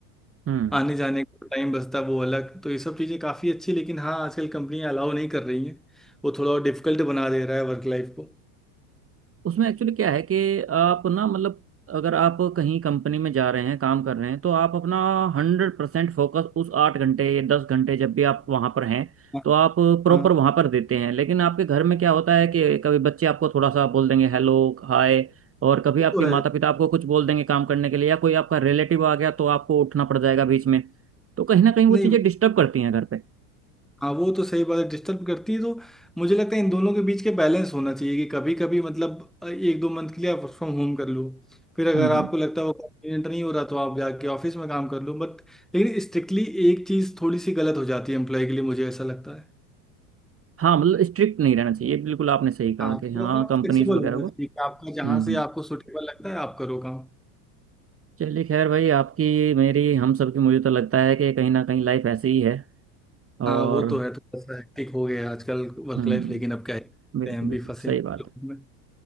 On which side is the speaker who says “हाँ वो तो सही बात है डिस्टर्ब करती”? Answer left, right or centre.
Centre